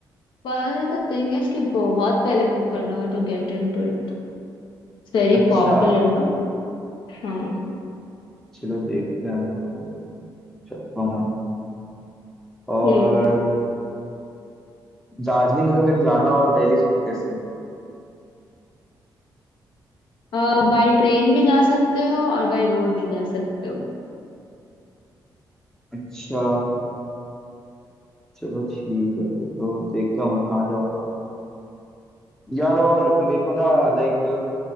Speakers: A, on the left; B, in the centre.
A: पर द थिंग इज कि बहुत पहले बुक करना होगा to get into it it's very
B: अच्छा
A: popular ना हाँ
B: चलो देखते हैं फिर वो चल पाऊंगा और
A: ठीक
B: दार्जिलिंग अगर मेरे को जाना हो दिल्ली से तो कैसे
A: है बाय ट्रेन भी जा सकते हो और बाय रोड भी जा सकते हो
B: अच्छा चलो ठीक है फिर तो देखता हूँ मैं कहाँ जाऊंगा यार और मेरे को ना लाइक